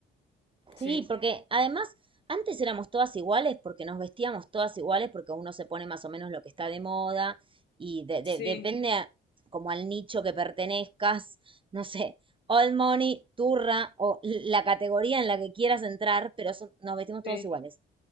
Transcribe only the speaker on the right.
Sí, porque además antes éramos todas iguales porque nos vestíamos todas iguales porque uno se pone más o menos lo que está de moda y de- de-
depende a- como al nicho que pertenezcas, no sé, All Money, Turra o la categoría en la que quieras entrar, pero son- nos vestimos todos
iguales.